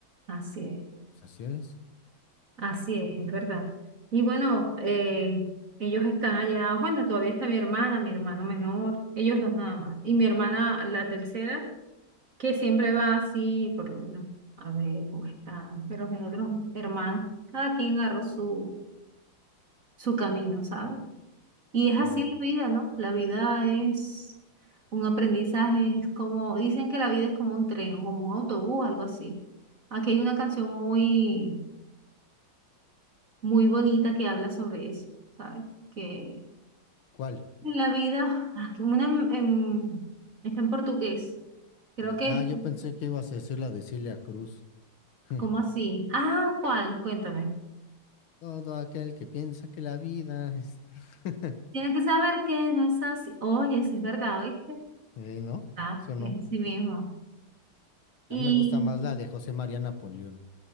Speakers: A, on the right (about 40°); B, on the left (about 75°).
A: así es,
B: Pues así es.
A: así es, es verdad. Y bueno, eh, ellos están allá, bueno, todavía está mi hermana, mi hermano menor, ellos dos nada más. Y mi hermana, la tercera, que siempre va así, por lo menos, a ver cómo están. Pero mis otros hermanos, cada quien agarró su, su camino, ¿sabes? Y es así
B: Claro.
A: la vida, ¿no? La vida es un aprendizaje, es como, dicen que la vida es como un tren o como un autobús, algo así. Aquí hay una canción muy, muy bonita que habla sobre eso, ¿sabes? Que
B: ¿Cuál?
A: en la vida, ah, que una en- en- está en portugués, creo que
B: Ah,
A: es,
B: yo pensé que ibas a decir la de Celia Cruz. <laughs>
A: ¿cómo así? Ah, ¿cuál? Cuéntame.
B: Todo aquel que piensa que la vida es... <laughs>
A: Tiene que saber que no es así. Oye, sí es verdad, ¿oíste?
B: Eh, ¿no?
A: Ah,
B: ¿Sí o no?
A: es así mismo. Y,
B: A mí me gusta más la de José María Napoleón.